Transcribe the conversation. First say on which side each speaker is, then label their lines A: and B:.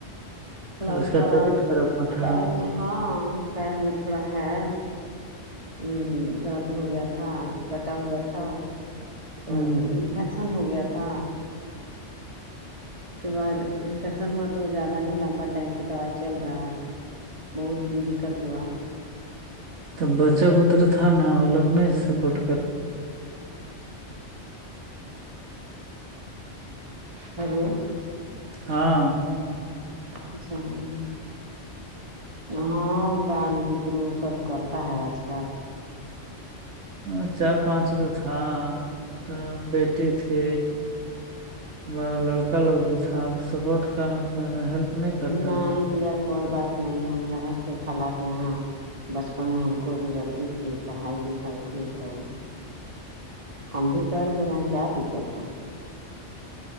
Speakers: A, on the right; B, on the right.
A: تو
B: ان
A: اس
B: کا
A: طبیعت خراب نہ تھا
B: پیر میں ہاں پیر میں تھوڑا ہے ا درد ہو گیا تھا کٹا ہوا تھا تو
A: ہوں
B: انفیکشن ہو گیا تھا اس کے بعد انفیکشن ہوا تو زیادہ ہی لمبا ٹائم سے دوائی چل رہا ہے بہت دقت ہوا
A: تو بچہ بتر تھا نا وہ لوگ نہیں سپورٹ کر
B: ہیلو
A: ہاں
B: نشان ہاں بال بترو سب کرتا ہے آج کل
A: وہ چار پانچ گ تھا تو بیٹی تھی ب لڑکا لوگ بھی تھا سپورٹ کرنا ہیلپ نہیں کرتا
B: نہیں
A: ہے
B: کیا کوئی بات نہیں ہم رہے تھے خالہ کے یہاں بچپن میں ہم کو بھی رکھی تھی پڑھائی لکھائی تھی کام ہم بھی کر دے رہے ہیں کیا دقت ہے